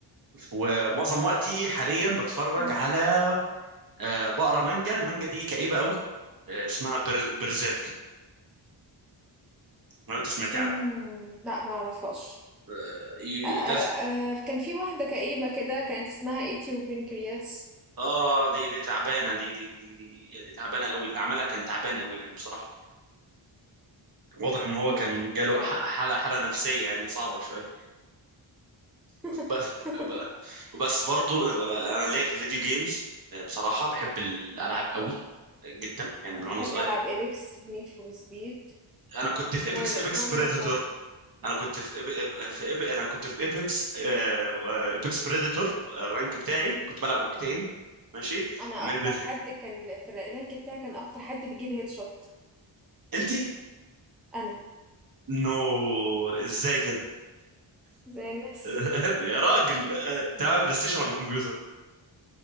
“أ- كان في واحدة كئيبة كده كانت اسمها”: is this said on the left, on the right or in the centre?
Centre